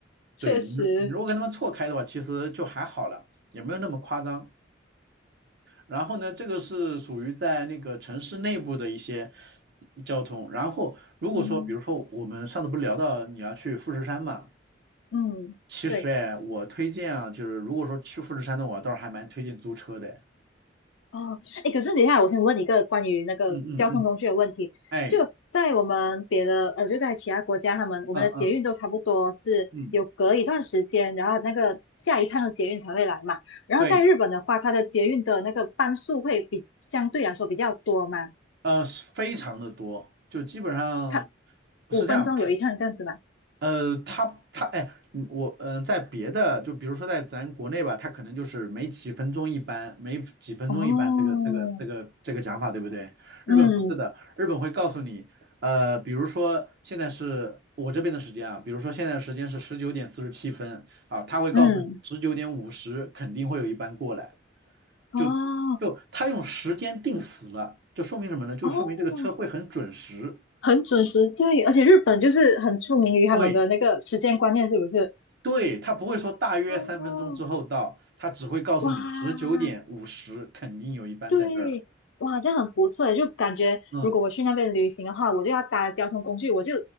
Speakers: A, on the left (about 85°); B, on the right (about 60°).
A: 确实，
B: 对，你如你如果跟他们错开的话，其实就还好了，也没有那么夸张。然后呢，这个是属于在那个城市内部的一些交通。然后如果说，
A: 嗯
B: 比如说我们上次不是聊到你要去富士山嘛，
A: 嗯，
B: 其实哎，
A: 对。
B: 我推荐啊，就是如果说去富士山的，我倒是还蛮推荐租车的哎。
A: 哦，哎，可是等一下，我先问你一个关于那个交通工具的问题。
B: 嗯嗯嗯，哎，
A: 就在我们别的，呃，就在其他国家，他们我们的捷运都差不多是有隔一段时间，
B: 嗯嗯嗯，
A: 然后那个下一趟的捷运才会来嘛。然后在日本的话，
B: 对，
A: 它的捷运的那个班数会比相对来说比较多嘛，
B: 呃，是非常的多，就基本上
A: 它
B: 是这样。
A: 五分钟有一趟这样子嘛。
B: 呃，他他哎，嗯我嗯、呃在别的就比如说在咱国内吧，他可能就是每几分钟一班，每几分钟一班这个这个这个这个讲法，
A: 哦，
B: 对不对？
A: 嗯
B: 日本不是的，日本会告诉你，呃，比如说现在是我这边的时间啊，比如说现在的时间是十九点四十七分，啊，他会告诉你十九点五十肯定会有一班过来，
A: 嗯，哦
B: 就就他用时间定死了，就说明什么呢？就说明这个车会很准时。
A: 哦，很准时，对，而且日本就是很出名于他们的那个时间观念，
B: 对
A: 是不是？
B: 对，他不会说大约三分钟之后到，
A: 哦
B: 他只会告诉你十九点五十肯定有一班在这儿。
A: 哇，对，哇，这样很不错诶，就感觉如果我去那边旅行的话，
B: 嗯，
A: 我就要搭交通工具，我就